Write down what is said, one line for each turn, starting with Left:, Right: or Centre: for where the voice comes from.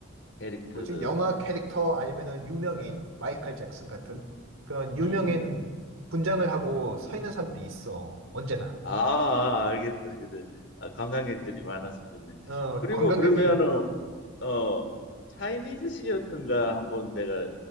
Left: 캐릭터들.
Right: 뭐지? 영화 캐릭터 아니면은 유명인,
Left: 어,
Right: 마이클 잭슨
Left: 음,
Right: 같은 그런 유명인
Left: 음.
Right: 분장을 하고 서 있는 사람들이 있어. 언제나.
Left: 아, 아, 알겠다. 그래. 아, 관광객들이 많아서 그렇네.
Right: 어,
Left: 그리고
Right: 관광객이
Left: 그러면은 어 차이니즈 시어터인가 한번 내가